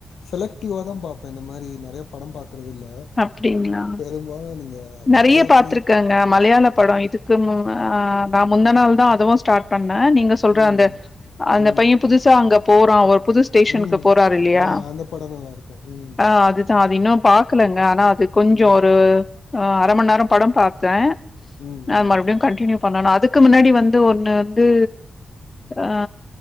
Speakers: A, on the left; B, on the left.
A: செலக்டிவாதா பாப்பே இந்த மாரி நறைய படம் பாக்குறது இல்ல
B: அப்டிங்களா
A: பெரும்பாலு நீங்க
B: நறைய
A: வேல அப்டி
B: பாத்திருக்காங்க மலையாள படோ இதுக்கும்
A: ம்
B: ஆ நா முந்த நாள் தா அதுவு ஸ்டார்ட் பண்ணே நீங்க சொல்ற
A: ம்
B: அந்த அந்த
A: ம்
B: பையன் புது சா அங்க போறான் ஒரு புது ஸ்டேஷனுக்கு
A: ம்
B: போறாரு இல்லையா
A: ஆ அந்த படம் நல்லா இருக்கு ம்
B: ஆ அது தா அது இன்னு பாக்கலங்க ஆனா அது கொஞ்சோ
A: ம்
B: ஒரு அ அரை மந்நேரோ படம் பாத்தே
A: ம்
B: அ
A: ம்
B: மறுபடியும் கண்டினியூ பண்ணணு அதுக்கு முன்னாடி வந்து ஒன்னு ந்து ஆ